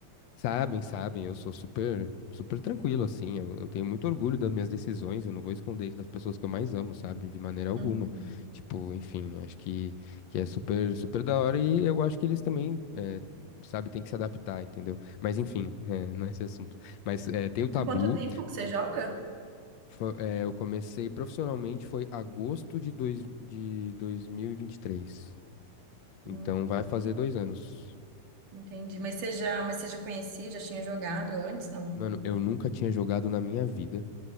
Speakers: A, on the left; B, on the right.
A: Sabem, sabem, eu sou super, super tranquilo, assim. Eu, eu tenho muito orgulho das minhas decisões, eu não vou esconder isso das pessoas que eu mais amo, sabe? De maneira alguma.
B: Uhum.
A: Tipo, enfim, acho que, que é super, super da hora e eu acho que eles também, eh, sabe, tem que se adaptar, entendeu? Mas enfim, eh, <laughs> não é esse assunto. Mas eh, tem o tabu.
B: Em quanto tempo que você joga?
A: Fo- eh, eu comecei profissionalmente foi agosto de, dois, de dois mil e e vinte e três
B: Hum.
A: Então vai fazer dois anos.
B: Entendi. Mas você já, mas você já conhecia, já tinha jogado antes, não?
A: Mano, eu nunca tinha jogado na minha vida.